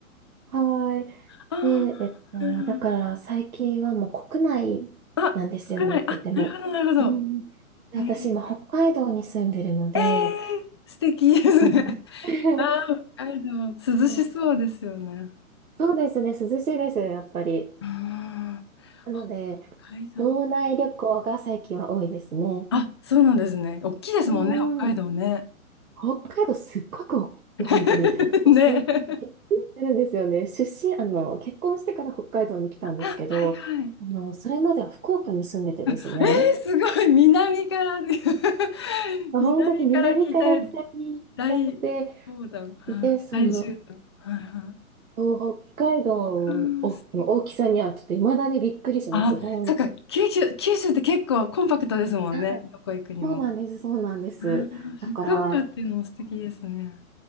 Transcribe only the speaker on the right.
はい。
で、えっと、
だから最近はもう国内なんですよね、
行ってても。
うん。で私、
今、北海道に住んでるので、
あの <laughs>
あー
そうですね、涼しいですよ、やっぱり。
なので、
道内旅行が最近は多いですね。
うんうん。
北海道すっごく多くて、
本当に。私、
びっくりするんですよね。出身、あの、結婚してから北海道に来たんですけど、
あの、それまでは福岡に住んでてですね。
本当に南から北に行っちゃって、
で、その、
北海道の大きさにはちょっと未だにびっくりします。
ほん、
はい。
そうなんです、そうなんです。
だから、